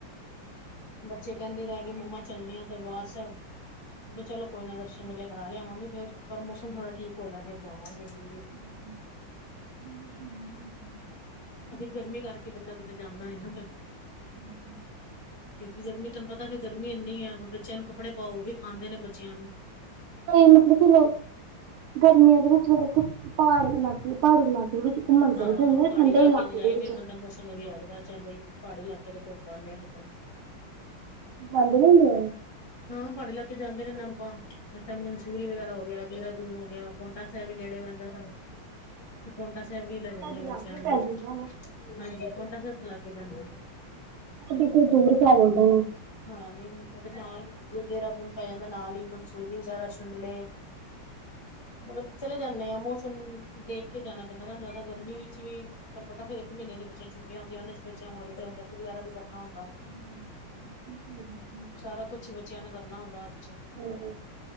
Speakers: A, on the left (about 30°); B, on the right (about 80°).
A: ਬੱਚੇ ਕਹਿੰਦੇ ਰਹਿ ਗਏ ਮੰਮਾ ਚੱਲਣੇ ਆ ਦਰਬਾਰ ਸਾਹਿਬ। ਵੀ ਚਲੋ ਕੋਈ ਨਾ ਦਰਸ਼ਨ ਮਿਲੇ ਕਰਾ ਲਿਆਵਾਂਗੇ ਫ਼ਿਰ। ਪਰ ਮੌਸਮ ਥੋੜਾ ਠੀਕ ਹੋ ਲੈ ਫਿਰ ਜਾਵਗੇ ਜਰੁਰ।
B: <inaudible>
A: ਅਜੇ ਗਰਮੀ ਕਰਕੇ। ਬੰਦਾ ਕਿਤੇ ਜਾਂਦਾ ਨੀ ਨਾ ਫਿਰ।
B: ਹਂ, ਹਂ।
A: ਕਿਉਂਕਿ ਗਰਮੀ ਤਹਾਨੂੰ ਪਤਾ ਫਿਰ ਗਰਮੀ ਇੰਨੀ ਆ। ਬੱਚਿਆਂ ਨੂੰ ਕੱਪੜੇ ਪਾਓ। ਉਹ ਵੀ ਖਾਂਦੇ ਨੇ ਬੱਚਿਆਂ ਨੂੰ।
B: ਕੋਈ ਮਤਲਬ ਕਿ ਲੋਕ। ਗਰਮੀਆਂ ਦੇ ਵਿੱਚ ਵੀ ਦੇਖੋ। ਪਹਾੜ ਇਲਾਕੇ ਪਹਾੜੀ ਇਲਾਕਿਆਂ ਦੇ ਵਿੱਚ। ਘੁੰਮਣ
A: ਹਾਂ
B: ਚਲੇ ਜਾਂਦੇ ਨੇ
A: ਪਹਾੜੀ
B: ਠੰਡੇ
A: ਇਲਾਕੇ ਚ ਜਾਏ।
B: ਦੇ ਵਿੱਚ
A: ਫੇਰ ਬੰਦਾ ਮੌਸਮ ਵਧੀਆ ਲੱਗਦਾ। ਚੱਲ ਬਈ ਪਹਾੜੀ ਇਲਾਕੇ ਦੇ ਕੋਲ ਬਾਹਨੇ ਆਏ ਕਿਤੇ।
B: ਬੰਦ ਨੀਂ ਹੁੰਦੇ ਆ।
A: ਹਾਂ ਪਹਾੜੀ ਇਲਾਕੇ ਜਾਂਦੇ ਨੇ ਰਹੋਂਦੇ ਹਾਂ ਆਪਾਂ। ਜਿਸ ਤਰਾਂ ਮਨਸੂਰੀ ਵਗੈਰਾ ਹੋ ਗਿਆ, ਦੇਹਰਾਦੂਨ ਹੋ ਗਿਆ। ਪੋਂਟਾ ਸਾਹਿਬ ਵੀ ਨੇੜੇ ਪੈਂਦਾ ਐ ਸਾਨੂੰ। ਅਸੀਂ ਪੋਂਟਾ ਸਾਹਿਬ ਵੀ ਲੈ ਜਾਂਦੇ
B: ਸਾਡੇ
A: ਆ ਬੱਚਿਆਂ
B: ਲਾਗੇ
A: ਨੂੰ।
B: ਪੈ ਜਾਂਦਾ ਨਾ
A: ਹਾਂਜੀ ਪੋਂਟਾ ਸਾਹਿਬ ਤੇ ਲਾਗੇ ਪੈਂਦਾ।
B: ਸਾਡੇ ਇਥੋ ਦੂਰ ਪੈ ਜਾਂਦਾ ਨਾ।
A: ਹਾਂ ਨਹੀਂ ਮਤਲਬ ਨਾਲ ਹੀ ਡੇਰਾ ਦੂਣ ਪੈ ਜਾਂਦਾ ਨਾਲ ਹੀ ਮਨਸੂਰੀ ਵਗ਼ੈਰਾ ਸ਼ਿਮਲੇ, ਮਤਲਬ ਚਲੇ ਜਾਣੇ ਆ ਮੌਸਮ ਦੇਖ ਕੇ ਜਾਣਾ ਪੈਂਦਾ ਨਾ ਜ਼ਿਆਦਾ ਗਰਮੀ ਵਿੱਚ ਵੀ, ਤੁਹਾਨੂੰ ਪਤਾ ਫਿਰ ਇੱਕ ਮਹੀਨੇ ਦੀ ਬੱਚਿਆਂ ਨੂੰ ਛੱਟੀਆਂ ਹੁੰਦੀਆਂ ਉਹਨਾਂ ਵਿੱਚ ਬੱਚੇ ਹੋਰ ਲੀੜੇ ਹੋਮਵਰਕ ਵੀ ਕਰਨਾ ਹੁੰਦਾ। ਵਾ
B: ਹੂੰ ਠੀਕ ਆ।
A: ਸਾਰਾ ਕੁਛ ਹੀ ਬੱਚਿਆਂ ਨੂੰ ਕਰਨਾ ਹੁੰਦਾ ਅੱਜ,
B: ਹੂੰ ਹੂੰ।